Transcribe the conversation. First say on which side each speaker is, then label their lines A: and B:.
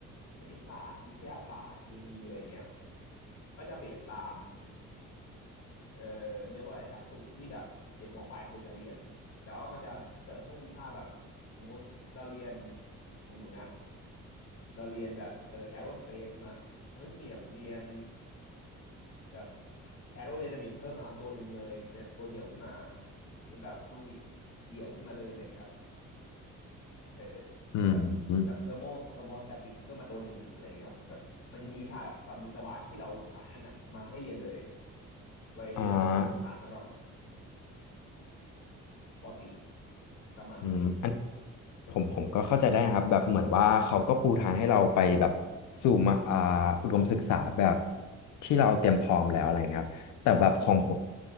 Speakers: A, on the left; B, on the left.
A: คณิตศาสตร์วิทยาศาสตร์เคมีอะไรเงี้ยก็จะเบสตาม เอ่อเรียกว่าอะไรหลักสูตรที่แบบเด็กมปลายควรจะเรียนแต่ว่ามันจะเสริมพวกวิชาแบบสมมุติเราเรียนสมมุตินะเราเรียนแบบเอ่อแอโรสเปซใช่ไหมมันก็จะมีแบบเรียนแบบแอโรไดนามิกเพิ่มมาตัวหนึ่งเลยเป็นแบบตัวเดี่ยวขึ้นมาหรือแบบฟลูอิดเดี่ยวขึ้นมาเลยอะไรอย่างเงี้ยครับเออ
B: อืมอม
A: แบบแบบเทอร์โมเทอร์โมสแตติกเพิ่มมาตัวหนึ่งอะไรอย่างเงี้ยครับแบบมันจะมีวิชาแบบสำหรับวิศวะที่เราสายนั้นอ่ะมาให้เรียนเลยไว้แบบปูพื้นฐานสำหรับ
B: อ่า
A: ปอตรีประมาณนี้
B: อืม ผมผมก็เข้าใจได้นะครับแบบเหมือนว่าเขาก็ปูทางให้เราไปแบบสู่มาอ่าอุดมศึกษาแบบที่เราเตรียมพร้อมแล้วอะไรอย่างเงี้ยครับแต่แบบของผม
A: ใช่